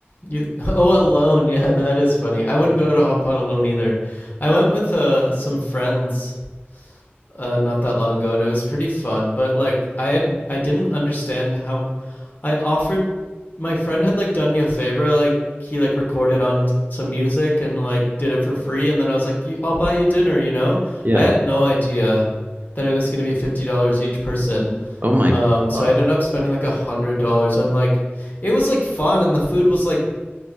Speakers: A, on the left; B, on the right.
A: You, <laughs> oh, alone. Yeah, that is funny. I wouldn't go to Hot Pot alone either. I went with uh, some friends uh, not that long ago, and it was pretty fun. But like, I had I didn't understand how I offered. My friend had like done me a favor, like he like recorded on some music and like did it for free, and then I was like, "I'll buy you dinner," you know.
B: Yeah.
A: I had no idea that it was gonna be fifty dollars each person.
B: Oh my
A: Um, so
B: God.
A: I ended up spending like a hundred dollars on like it was like fun and the food was like